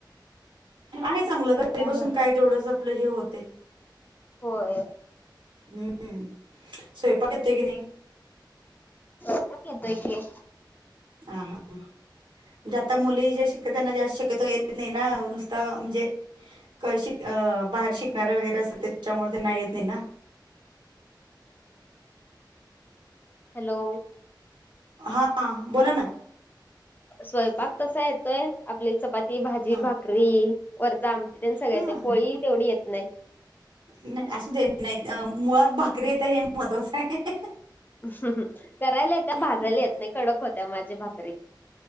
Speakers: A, on the right; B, on the left.
A: आहे चांगलं घरी
B: आणि
A: बसून
B: म्हणता
A: काय तेवढंच
B: मग?
A: आपलं हे होतय.
B: होय
A: हम्म हम्म स्वयंपाक येतोय की नाही?
B: स्वयंपाक येतोय की.
A: हा हा ह म्हणजे आता मुली जे शिकत त्यांना जास्त शक्यतो येत नाही ना नुसता म्हणजे क शिक बाहेर शिकणारे वगैरे असत त्याच्यामुळे त्यांना येत नाही ना <unintelligible> <unintelligible>
B: हॅलो
A: हा बोला ना
B: स्वयंपाक कसा येतोय आपली चपाती, भाजी,
A: हा
B: भाकरी वरच आमटी तेन सगळ
A: हां
B: येतय पोळी तेवढी येत नाही.
A: नाही असू दे नाही येत मुळात भाकरी येत हे महत्त्वाचं आहे.
B: हम्म करायला येत्या भाजायला
A: म्हणत
B: येत नाही कडक होत्या माझी भाकरी.